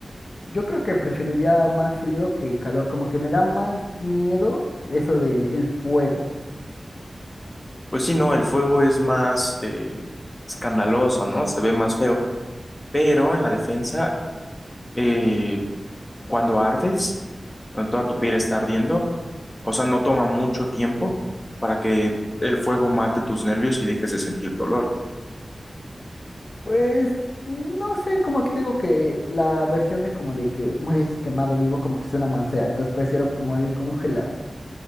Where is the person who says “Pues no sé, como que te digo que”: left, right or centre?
Left